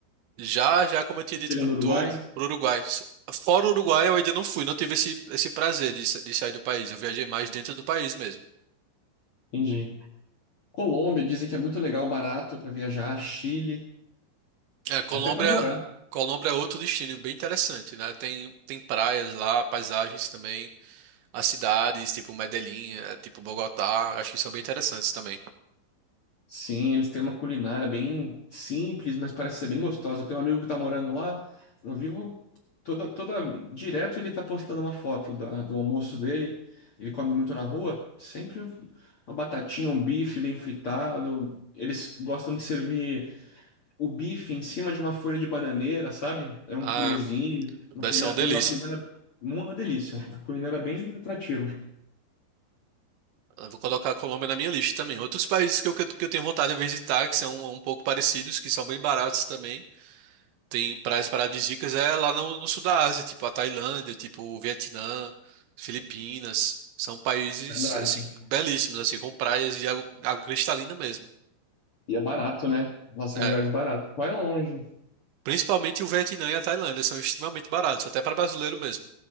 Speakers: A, on the right; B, on the left.
A: Já, já, como eu tinha dito
B: Tirando
A: pra
B: o Uruguai?
A: tu, pro Uruguai. Fora o Uruguai, eu ainda não fui, não tive esse, esse prazer de, sa- de sair do país. Eu viajei mais dentro do país mesmo.
B: Entendi. Colômbia, dizem que é muito legal, barato para viajar. Chile,
A: É, Colômbia,
B: até para morar.
A: Colômbia é outro destino bem interessante, né? Tem, tem praias lá, paisagens também, as cidades, tipo Medellín, é, tipo Bogotá, acho que são bem interessantes também.
B: Sim, eles têm uma culinária bem simples, mas parece ser bem gostosa. Eu tenho um amigo que tá morando lá, eu vivo toda, toda direto ele tá postando uma foto da- do almoço dele. Ele come muito na rua, sempre uma batatinha, um bife bem fritado. Eles gostam de servir o bife em cima de uma folha de bananeira, sabe? É um
A: Ah,
B: purezinho, uma
A: deve
B: culinária,
A: ser uma delícia.
B: uma culinária, uma delícia, uma culinária bem atrativa,
A: Eu vou colocar a Colômbia na minha lista também. Outros países que eu, que eu que eu tenho vontade de visitar, que são um pouco parecidos, que são bem baratos também. Tem praias paradisíacas é lá no, no sul da Ásia, tipo a Tailândia, tipo o Vietnã, Filipinas. São países,
B: verdade.
A: assim, belíssimos, assim, com praias e água, água cristalina mesmo.
B: E é barato, né? Lá são
A: É.
B: lugares baratos. Vai longe.
A: Principalmente o Vietnã e a Tailândia são extremamente baratos, até para brasileiro mesmo.